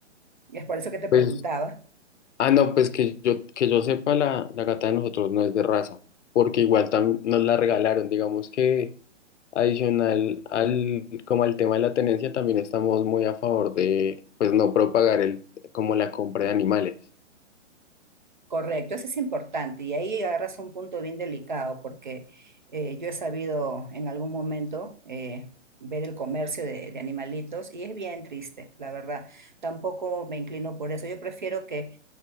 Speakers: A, on the right; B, on the left.
A: Y es por eso que te preguntaba.
B: Pues Ah, no, pues que yo, que yo sepa, la, la gata de nosotros no es de raza, porque igual también nos la regalaron, digamos que adicional al, como al tema de la tenencia, también estamos muy a favor de, pues no propagar el, como la compra de animales,
A: Correcto, eso es importante y ahí agarras un punto bien delicado porque eh, yo he sabido en algún momento eh, ver el comercio de, de animalitos y es bien triste, la verdad. Tampoco me inclino por eso. Yo prefiero que